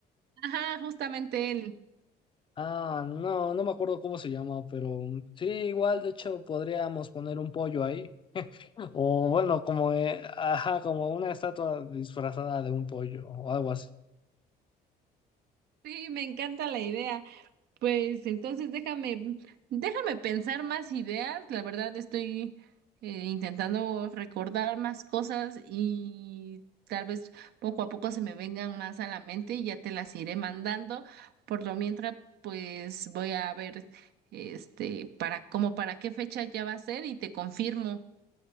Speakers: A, on the right; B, on the left.
A: Ajá, justamente él.
B: Ah, no, no me acuerdo cómo se llama, pero mm, sí, igual, de hecho, podríamos poner un pollo ahí. O bueno, como, eh, ajá, como una estatua disfrazada de un pollo o algo así.
A: Sí, me encanta la idea. Pues entonces déjame, déjame pensar más ideas. La verdad estoy eh, intentando recordar más cosas y tal vez poco a poco se me vengan más a la mente y ya te las iré mandando. Por lo mientras, pues voy a ver este para como para qué fecha ya va a ser y te confirmo.